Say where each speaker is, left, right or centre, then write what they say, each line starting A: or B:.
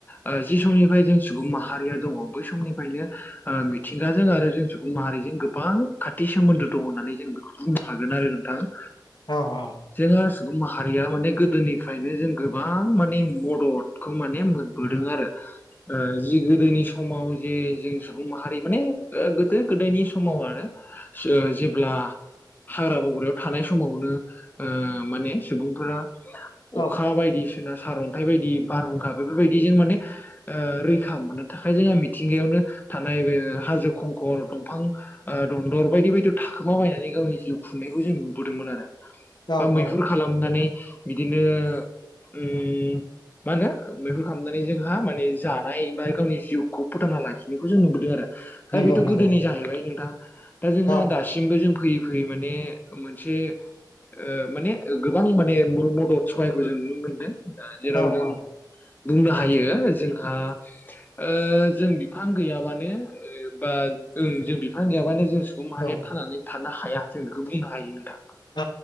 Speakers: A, on the left; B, on the left.
A: ओ जि समनिफ्राय जों सुबुं माहारिया दङ बै समनि फायनो ओ मिथिंगाजों आरो जों सुबुं माहारिजों गोबां खाथि सोमोन्दो दं होननानै जों बेखौथ' बुंनो हागोन आरो नोंथां।
B: औ औ।
A: जोंहा सुबुं माहारिया माने गोदोनिफ्रायनो जों गोबां माने मददखौ माने मोनबोदों आरो। ओ जि गोदोनि समाव जे जों सुबुं माहारि माने गोदो गोदायनि समाव आरो सो ओ जेब्ला हाग्रा बग्रायाव थानाय समावनो ओ माने सुबुंफोरा अखा
B: औ
A: बायदि सिना सार अन्थाइ बायदि बारहुंखा बेफोरबायदि जों माने ओ रैखा मोननो थाखाय जोंहा मिथिंगायावनो थानाय बे हाजो खंखर दंफां दन्दर बायदि बायदि थाखोमा बायनानै गावनि जिउ खुंनायखौ जों नुबोदोंमोन आरो
B: औ
A: बा मैहुर
B: औ
A: खालामनानै बिदिनो ओम मा होनो बेफोर खालामनानै जोंहा माने जानाय बा गावनि जिउखौ फोथांना लाखिनायखौ जों नुबोदों आरो। दा
B: नंगौ
A: बेथ'
B: नंगौ
A: गोदोनि जाहैबाय नोंथां। दा जोंहा
B: औ
A: दा जों फैयै फैयै माने मोनसे ओ माने गोबां माने मदद सहायखौ जों नुनो मोनदों ओ जेराव
B: औ
A: जों
B: औ
A: बुंनो हायो जोंहा ओ जों बिफां गैयाबानो बा जों बिफां गैयाबानो जों सुबुं माहारिया
B: औ
A: थांनानै थानो हाया जों बेखौ बुंनो हायो नोंथां
B: औ